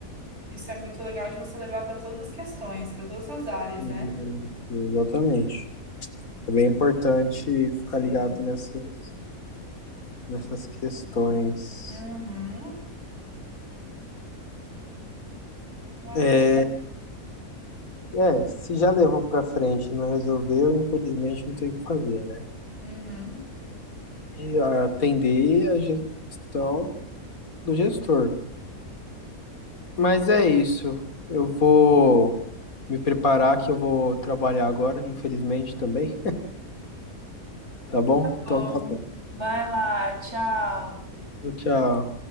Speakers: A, on the right (about 45°); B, on the left (about 65°).
A: Isso é muito legal de você levar para todas as questões, para todas as áreas,
B: isso,
A: né?
B: Exatamente. É bem importante ficar
A: Sim.
B: ligado nessas, nessas questões.
A: Uhum. Vai.
B: É, é, se já levou para frente e não resolveu, infelizmente não tem o que fazer, né?
A: Uhum.
B: E atender a gestão do gestor. Mas é isso. Eu vou me preparar que eu vou trabalhar agora, infelizmente também. Tá bom? Então
A: Bom,
B: tá bom.
A: vai lá, tchau.
B: Tchau.